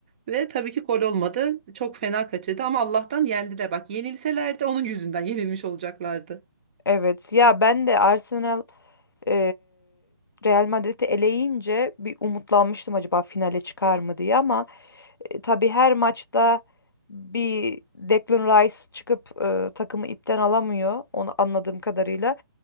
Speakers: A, on the right; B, on the left.
A: Ve tabii ki gol olmadı. Çok fena kaçırdı ama Allah'tan yendiler. Bak yenilselerdi onun yüzünden yenilmiş olacaklardı.
B: Evet, ya ben de Arsenal e, Real Madrid'i eleyince bir umutlanmıştım acaba finale çıkar mı diye ama E, tabii her maçta bir Declan Rice çıkıp e, takımı ipten alamıyor. Onu anladığım kadarıyla.